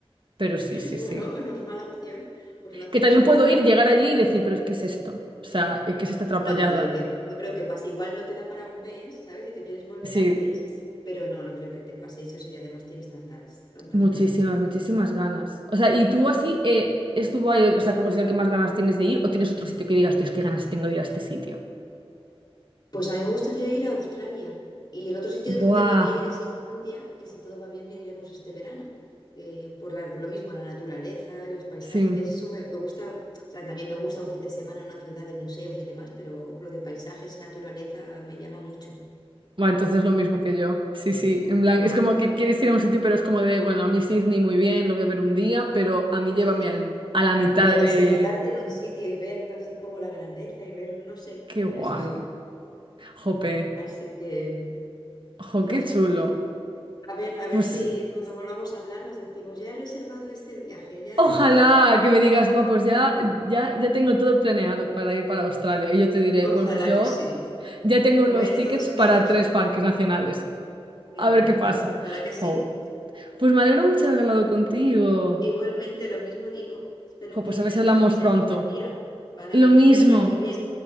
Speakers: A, on the right; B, on the left.
A: Pero sí, sí,
B: Bueno,
A: sí.
B: no es mala opción, pues lo haces
A: Que también
B: así y
A: puedo
B: ya está.
A: ir, llegar allí y decir, pero es que es esto? O sea, ¿qué es esta atrapallada?
B: No creo que, no creo que pase. Igual no te da para un mes, ¿sabes? Si te quieres volver
A: Sí,
B: antes, pero no, no creo que te pase eso si además tienes tantas, tantas
A: muchísimas,
B: ganas.
A: muchísimas ganas. O sea, ¿y tú así eh, es Dubái, el- o sea, como si lo que más ganas tienes de ir o tienes otro sitio que digas, Dios, qué ganas tengo de ir a este sitio?
B: Pues a mí me gustaría ir a Australia. Y el otro sitio
A: Buah,
B: donde quería ir es Islandia, que si todo va bien, bien iremos este verano. Eh, por la- por lo mismo, la naturaleza, los paisajes,
A: sí.
B: eso me, me gusta. O sea, también me gusta un fin de semana en una ciudad de museos y demás, pero lo de paisajes y naturaleza me llama mucho.
A: Bueno, entonces lo mismo que yo. Sí, sí, en plan, es como que quieres ir a un sitio, pero es como de, bueno, a mí Sydney muy bien, lo voy a ver un día, pero a mí llévame
B: Sí.
A: al- a la mitad
B: No,
A: de...
B: de sentarte en un sitio y ver así como la grandeza y ver, no sé,
A: Qué
B: no,
A: guay.
B: eso sí.
A: Jope.
B: Así que,
A: Jo,
B: no
A: qué
B: sé,
A: chulo.
B: a ver, a
A: Pues
B: ver si cuando volvamos a hablar nos decimos, ya he reservado este viaje, ya
A: Ojalá
B: he...
A: que me digas, guau, pues ya, ya, ya tengo todo planeado para ir para Australia. Y yo te diré,
B: Ojalá
A: bueno, pues yo
B: que sí.
A: ya tengo
B: Me
A: los
B: voy a Estados
A: tickets
B: Unidos.
A: para tres parques nacionales.
B: Qué
A: A
B: bien.
A: ver qué pasa.
B: Ojalá que sí.
A: Jo, Pues me alegro mucho de haber hablado contigo.
B: Igualmente, lo mismo digo. Espero
A: Jo, pues
B: que
A: a
B: termines
A: ver si hablamos
B: de tener
A: pronto.
B: un buen día. Vale,
A: Lo mismo.
B: que vaya muy bien.